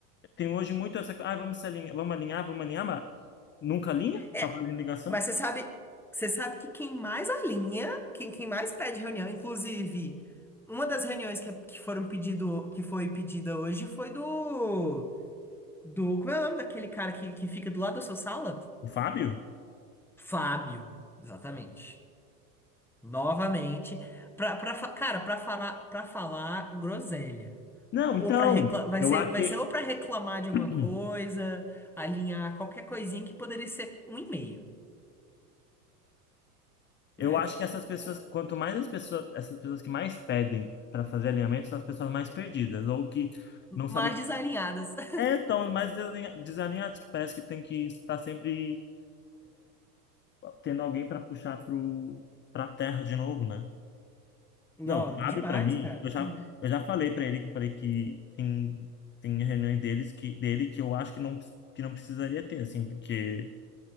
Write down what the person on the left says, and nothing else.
tem hoje muito essa. Ah, vamos se alinhar, vamos alinhar, vamos alinhar, mas nunca alinha?
Só fazendo ligação?
O Fábio?
Não,
então,
eu
acho
que,
<clears throat>
eu
acho que essas pessoas, quanto mais as pessoas, essas pessoas que mais pedem para fazer alinhamento são as pessoas mais perdidas, ou que não sabem.
É, estão mais desalinha- desalinhadas, que parece que tem que estar sempre tendo alguém para puxar pro, pra terra de novo, né?
Não, o Fábio,
para mim,
eu já,
eu já falei para ele que falei que tem, tem reuniões deles que, dele que eu acho que não, que não precisaria ter, assim, porque